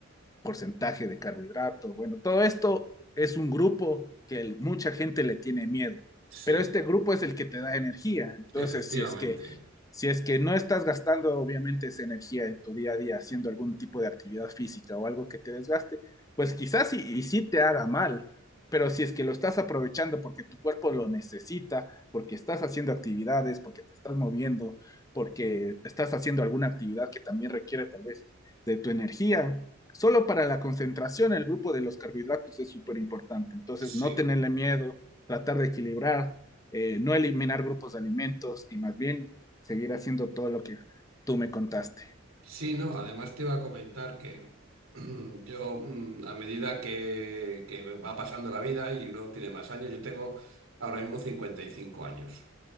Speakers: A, on the left; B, on the right.
A: porcentaje de carbohidrato. Bueno, todo esto es un grupo que el, mucha gente le tiene miedo,
B: Sí,
A: pero este grupo es el que te da energía. Entonces,
B: efectivamente.
A: si es que si es que no estás gastando obviamente esa energía en tu día a día haciendo algún tipo de actividad física o algo que te desgaste, pues quizás y, y sí te haga mal, pero si es que lo estás aprovechando porque tu cuerpo lo necesita, porque estás haciendo actividades, porque te estás moviendo, porque estás haciendo alguna actividad que también requiere tal vez de tu energía, Solo para la concentración, el grupo de los carbohidratos es súper importante. Entonces,
B: Sí.
A: no tenerle miedo, tratar de equilibrar, eh, no eliminar grupos de alimentos y más bien seguir haciendo todo lo que tú me contaste.
B: Sí, no, además te iba a comentar que <clears throat> yo, mm, a medida que, que va pasando la vida y uno tiene más años, yo tengo ahora mismo 55 años.